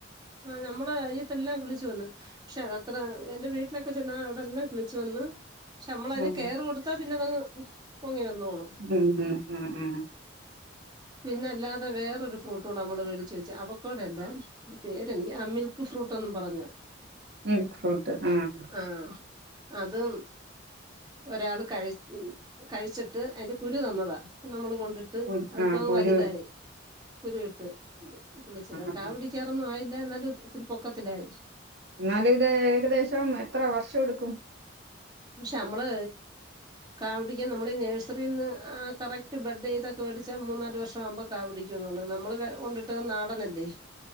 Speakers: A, on the right; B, on the right.
A: ആ നമ്മളെ അയ്യത്തെല്ലാം കിളിച്ചു വന്ന് പക്ഷെ അത്ര എന്റെ വീട്ടിലൊക്കെ ചെന്നാ അവടെല്ലാം കിളിച്ചു വന്ന് പക്ഷെ നമ്മള അതിന്
B: ഉം,
A: കെറ് കൊടുത്താ പിന്നെ അതങ്ങ് പൊങ്ങി വന്നോളും
B: ഉം ഉ ഉം ഉം
A: പിന്നെ അല്ലാതെ വേറൊരു ഫ്രൂട്ടൂടെ നമ്മള് മേടിച്ച് വെച്ച് അവക്കാടോ അല്ല പേര് എനിക്ക് ആ മിൽക്ക് ഫ്രൂട്ടന്നും പറഞ്
B: മിൽക് ഫ്രൂട്ട് ആഹ്
A: ആഹ് അതും ഒരാള് കയി കഴിച്ചിട്ട് അയിന്റെ കുരു തന്നതാ നമ്മള് കൊണ്ട് ട്ട്
B: കുരു
A: അത്
B: ആ
A: ഇപ്പം
B: കുരു
A: വല്തായി കുരു ഇട്ട് കിളിച്ചതാ
B: ആ, ആ.
A: കാവുടി ക്യാറോന്നും ആയില്ല ന്നാലും അത് ഒത്തിരി പൊക്കത്തിലായി
B: ന്നാലും ഇത് ഏകദേശം എത്ര വർഷ എട്ക്കും
A: പക്ഷേ അമ്മള് കാവടിക്ക്യ നമ്മള് ഈ നേഴ്സറീന്ന് കറക്റ്റ് ബെഡയ്ത് ഒക്കെ മേടിച്ചാ മൂന്നാല് വർഷ ആവുമ്പ കാ പിടിക്യുന്ന് പർഞ് നമ്മള് കൊണ്ട് ഇട്ടത് നാടനല്ലേ